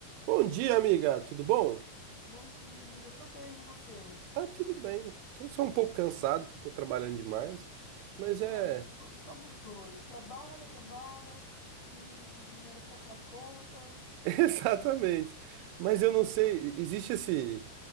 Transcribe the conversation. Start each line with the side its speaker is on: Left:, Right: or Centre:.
Right: Bom dia, amiga. Tudo bom?
Left: Bom dia, amiga. Eu tô bem, e você?
Right: Tá tudo bem. Tô só um pouco cansado, que eu tô trabalhando demais. Mas é,
Left: Ah, so- somos dois. Trabalha, trabalha e o dinheiro é só pra conta.
Right: <laughs> exatamente. Mas eu não sei, existe esse